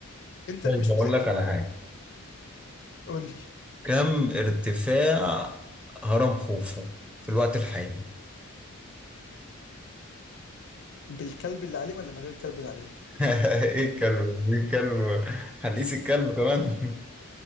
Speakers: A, on the left; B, in the centre.
A: انت
B: طيب
A: اللي مش
B: اقول
A: مذاكر
B: لك على حاجه
A: قول لي
B: كم ارتفاع هرم خوفو في الوقت الحالي
A: بالكلب اللي عليه ولا من غير الكلب اللي عليه
B: <laughs> ايه الكلب ايه الكلب هنقيس الكلب كمان <laughs>